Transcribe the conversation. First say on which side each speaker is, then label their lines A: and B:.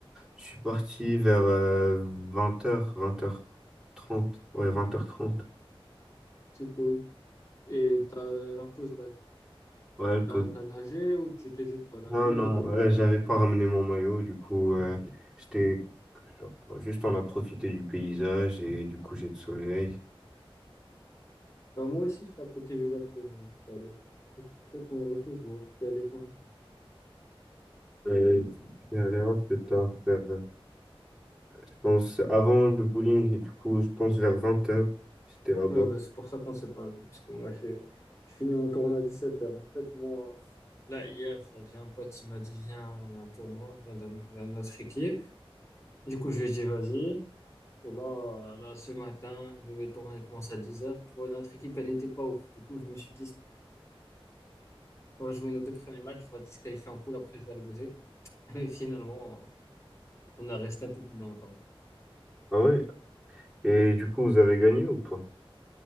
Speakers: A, in the centre; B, on the left (about 30°).
A: je suis parti vers euh, vingt heures vingt heures trente, Ouais, vingt heures trente.
B: C'est cool. Et t'as la pause là,
A: Ouais,
B: t'as t'as nagé ou tu t'es juste baladé?
A: Non, non,
B: vélo
A: euh, j'avais pas ramené mon maillot, du coup, euh, j'étais genre, juste on a profité du paysage et du coucher de soleil.
B: Bah, moi aussi, j'étais à côté du lac Léman tout à l'heure. Donc, Peut-être on aurait pu se voir. Tu y allais quand?
A: Euh, J'étais allé un peu tard, vers, euh, je pense, avant le bowling, et du coup, je pense vers vingt heures j'étais là-bas.
B: Ouais, bah, c'est pour ça qu'on s'est pas vu, parce que moi, j'ai je finis mon tournoi à 17 heures En fait, moi, là, hier, j'ai un pote, il m'a dit, viens, il y a un tournoi, viens dans dans notre équipe. Du coup, je lui ai dit, vas-y. Et là, euh, là, ce matin, le tournoi il commence à dix heures Tu vois, notre équipe, elle était pas ouf. Du coup, je me suis dit, on va jouer nos deux premiers matchs, on va se disqualifier en poule, après, je vais aller bosser. <laughs> Et finalement, on a resté un peu plus longtemps.
A: Ah ouais? Et du coup, vous avez gagné ou pas?